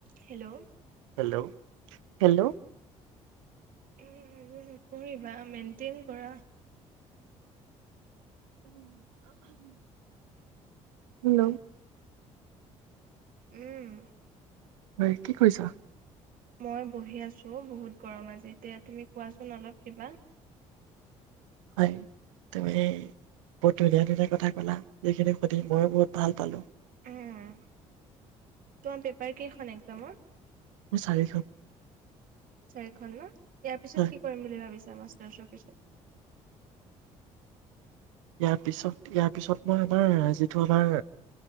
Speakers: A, on the right; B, on the right.
A: Hello!
B: Hello hello
A: এ এইবোৰ নকৰিবা মেইনটেইন কৰা
B: হেল্ল'
A: উম
B: ঐ কি কৰিছা
A: মই বহি আছো বহুত গৰম আজি এতিয়া তুমি কোৱাচোন অলপ কিবা
B: হয় তুমি বহুত ধুনীয়া ধুনীয়া কথা ক'লা এইখিনি সুধি মই বহুত ভাল পালোঁ
A: উ তোমাৰ পেপাৰ কেইখন এক্জামৰ
B: মোৰ চাৰিখন
A: এখন ন ইয়াৰ পিছত
B: হয়
A: কি কৰিম বুলি ভাবি মাষ্টাৰছ পিছত
B: ইয়াৰ পিছত ইয়াৰ পিছত মই আমাৰ যিটো আমাৰ